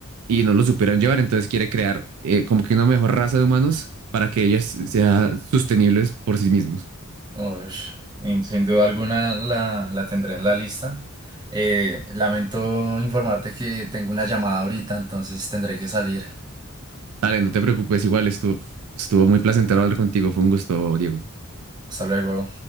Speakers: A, on the right; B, on the right.
A: y no lo supieron llevar. Entonces quiere crear eh, como que una mejor raza de humanos para que ellos sean sostenibles por sí mismos.
B: Ush, in- sin duda alguna la, la tendré en la lista. Eh, lamento informarte que tengo una llamada ahorita, entonces tendré que salir.
A: Dale, no te preocupes, igual estuvo, estuvo muy placentero hablar contigo, fue un gusto, Diego.
B: Hasta luego.